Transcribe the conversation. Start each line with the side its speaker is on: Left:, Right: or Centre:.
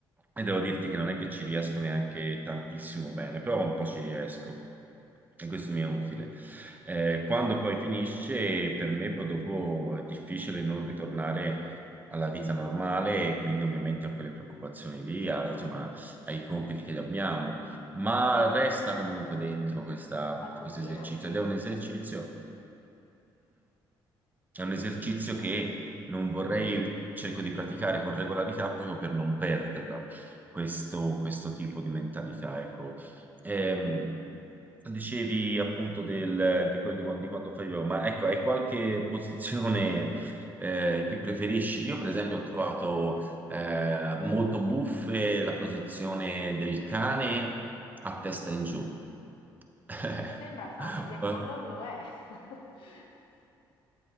Right: E devo dirti che non è che ci riesco neanche tantissimo bene, però un po' ci riesco. E questo mi è utile. Eh, quando poi finisce, per me poi dopo è difficile non ritornare alla vita normale e quindi ovviamente a quelle preoccupazioni lì, a-
Left: Eh,
Right: insomma, ai compiti che abbiamo, ma resta comunque dentro questa-
Left: qualcosina,
Right: questo esercizio
Left: sì.
Right: ed è un esercizio. È un esercizio che non vorrei, cerco di praticare con regolarità proprio per non perderla, questo, questo tipo di mentalità, ecco. Ehm, dicevi appunto del- di quello di, quando di quando fai yoga, ma ecco, hai qualche posizione eh, che preferisci? Io per esempio ho trovato eh, molto buffe la posizione del cane a testa in giù. <laughs>
Left: Sembra facile, ma non lo è. <laughs>